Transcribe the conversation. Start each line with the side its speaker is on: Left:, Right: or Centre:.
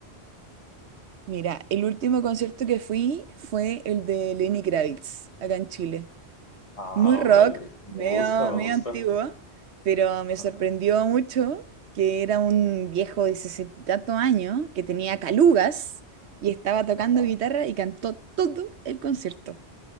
Right: mira, el último concierto que fui fue el de Lenny Kravitz, acá en Chile.
Left: Ah,
Right: Muy rock,
Left: órale, me
Right: medio,
Left: gusta, me
Right: medio
Left: gusta.
Right: antiguo, pero me
Left: Ajá.
Right: sorprendió mucho que era un viejo de sesenta y tantos años que tenía calugas y estaba tocando
Left: Ajá.
Right: guitarra y cantó todo el concierto.